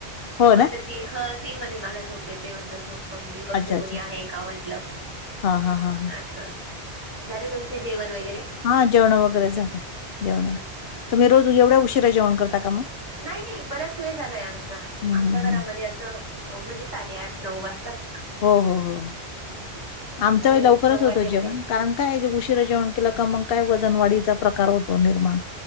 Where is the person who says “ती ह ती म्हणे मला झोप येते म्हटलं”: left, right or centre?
Right